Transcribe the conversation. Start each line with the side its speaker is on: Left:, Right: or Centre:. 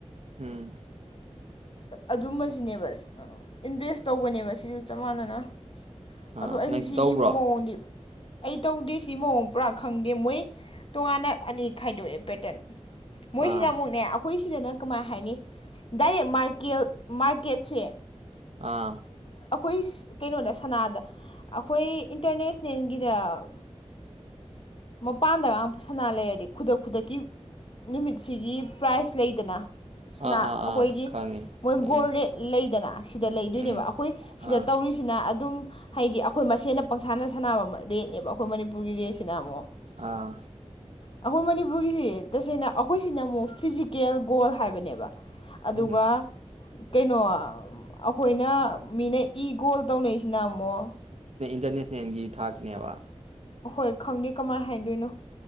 Right: ꯎꯝ꯫
Left: ꯑꯗꯨꯝꯕꯁꯤꯅꯦꯕ ꯏꯟꯚꯦꯁ ꯇꯧꯕꯅꯦꯕ ꯁꯤꯁꯨ ꯆꯞ ꯃꯥꯟꯅꯅ
Right: ꯑꯥ
Left: ꯑꯗꯣ ꯑꯩꯖꯦ
Right: ꯅꯪꯁꯨ
Left: ꯁꯤꯒꯤ
Right: ꯇꯧꯕ꯭ꯔꯣ
Left: ꯃꯑꯣꯡ <unintelligible> ꯑꯩ ꯇꯧꯗꯦ ꯁꯤ ꯃꯑꯣꯡ ꯄꯨꯔꯥ ꯈꯪꯗꯦ ꯃꯣꯏ ꯇꯣꯉꯥꯟꯅ ꯑꯅꯤ ꯈꯥꯏꯗꯣꯛꯑꯦ ꯄꯦꯇ꯭ꯔꯟ ꯃꯣꯏꯁꯤꯅ
Right: ꯑꯥ
Left: ꯑꯃꯨꯛꯅꯦ ꯑꯩꯈꯣꯏ ꯁꯤꯗꯅ ꯀꯃꯥꯏ ꯍꯥꯏꯅꯤ ꯗꯥꯏꯔꯦꯠ ꯃꯥꯠ ꯀꯦꯜ ꯃꯥꯔꯀꯦꯠꯁꯦ
Right: ꯑꯥ
Left: ꯍꯨꯏ꯭ꯁ ꯀꯩꯅꯣꯅꯦ ꯁꯅꯥꯗ ꯑꯩꯈꯣꯏ ꯏꯟꯇꯔꯅꯦꯁꯅꯦꯜꯒꯤꯗ ꯃꯄꯥꯟꯗ ꯉꯥꯡ ꯁꯅꯥ ꯂꯩꯔꯗꯤ ꯈꯨꯗꯛ-ꯈꯨꯗꯛꯀꯤ ꯅꯨꯃꯤꯠꯁꯤꯒꯤ ꯄ꯭ꯔꯥꯏꯖ ꯂꯩꯗꯅ ꯁꯅꯥ
Right: ꯑꯥ ꯑꯥ
Left: ꯑꯩꯈꯣꯏꯒꯤ
Right: ꯑꯥ ꯈꯪꯉꯦ
Left: ꯃꯣꯏ
Right: ꯎꯝ
Left: ꯒꯣꯔ ꯔꯦꯠ ꯂꯩꯗꯅ ꯁꯤꯗ ꯂꯩꯗꯣꯏꯅꯦꯕ
Right: ꯎꯝ
Left: ꯑꯩꯈꯣꯏ ꯁꯤꯗ
Right: ꯑꯥ
Left: ꯇꯧꯔꯤꯁꯤꯅ ꯑꯗꯨꯝ ꯍꯥꯏꯗꯤ ꯑꯩꯈꯣꯏ
Right: ꯄꯪꯁꯥꯟꯅ ꯁꯥꯟꯅꯕ ꯃꯔꯦꯅꯦꯕ ꯃꯅꯤꯄꯨꯔꯒꯤ ꯁꯥꯟꯅꯕ
Left: ꯃꯁꯦꯟꯅ ꯄꯪꯁꯥꯟꯗ ꯁꯥꯟꯅꯕ ꯔꯦꯠꯅꯦꯕ ꯑꯩꯈꯣꯏ ꯃꯅꯤꯄꯨꯔꯒꯤ ꯔꯦꯠꯁꯤꯅ ꯑꯃꯨꯛ
Right: ꯑꯥ
Left: ꯑꯩꯈꯣꯏ ꯃꯅꯤꯄꯨꯔꯒꯤꯁꯦ ꯇꯁꯦꯡꯅ ꯑꯩꯈꯣꯏꯁꯤꯅ ꯑꯃꯨꯛ ꯐꯤꯖꯤꯀꯦꯜ ꯒꯣꯜ ꯍꯥꯏꯕꯅꯦꯕ ꯑꯗꯨꯒ
Right: ꯎꯝ
Left: ꯀꯩꯅꯣ ꯑꯩꯈꯣꯏꯅ ꯃꯤꯅ ꯏ ꯒꯣꯜ ꯇꯧꯅꯩꯁꯤꯅ ꯑꯃꯨꯛ
Right: ꯏꯟꯇꯔꯅꯦꯁꯟꯅꯦꯜ ꯊꯥꯛꯅꯦꯕ
Left: ꯍꯣꯏ ꯈꯪꯗꯦ ꯀꯃꯥꯏꯅ ꯍꯥꯏꯗꯣꯏꯅꯣ